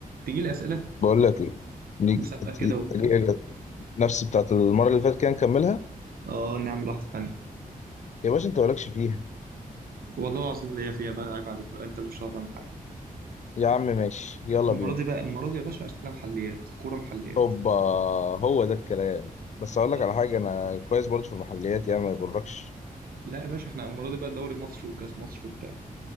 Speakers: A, on the right; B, on the left.
A: تجي لي اسئله
B: بقول لك ايه نيجي
A: مسابقه
B: تي-
A: كده وبتاع
B: تيجي- نفس بتاعت المره اللي فاتت كده نكملها
A: اه نعمل واحده ثانيه
B: يا باشا انت مالكش فيها
A: والله العظيم ليا فيها بقى عيب عليك بقى انت اللي مش هتعرف تعمل حاجه
B: يا عم ماشي يلا
A: المره
B: بينا
A: دي بقى المره دي يا باشا اسئله محليات كوره محليات
B: هوبا هو ده الكلام بس اقول
A: آه.
B: لك على حاجه انا كويس برضه في المحليات يعني ما يغركش
A: لا يا باشا احنا المره دي بقى دوري مصر وكاس مصر وبتاع